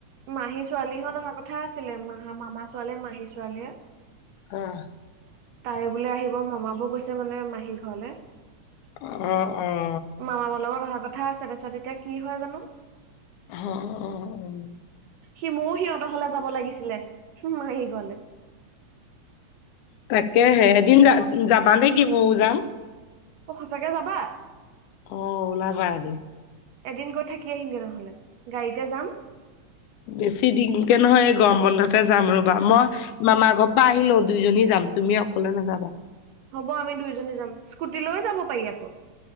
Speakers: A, on the right; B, on the left.
A: মাহী ছোৱালীহঁত অহা কথা আছিলে মা মামা ছোৱালীয়ে মাহী ছোৱালীয়ে-
B: অঁ
A: তাই বোলে আহিব মামাবোৰ গৈছে মানে মাহী ঘৰলে।
B: অ', অ'
A: মামাকৰ লগত অহা কথা আছে তাৰপিছত এতিয়া কি হয় জানো।
B: অ', অ'।
A: সি মোৰও সিহঁতৰ হলে যাব লাগিছিলে মাহী ঘৰলে।
B: তাকেহে এদিন যা যাবা নেকি ময়ো যাম।
A: অ সঁচাকে যাবা?
B: অ' ওলাবা এদিন।
A: এদিন গৈ থাকি আহিম গে নহ'লে গাড়ীতে যাম।
B: বেছি দিনকে নহয় এই গৰম বন্ধতে যাম ৰবা মই মামাৰ ঘৰ পৰা আহিল লও দুইজনী যাম তুমি অকলে নাযাবা।
A: হ'ব আমি দুইজনী যাম স্কুটি লৈ যাব পাৰি আকৌ।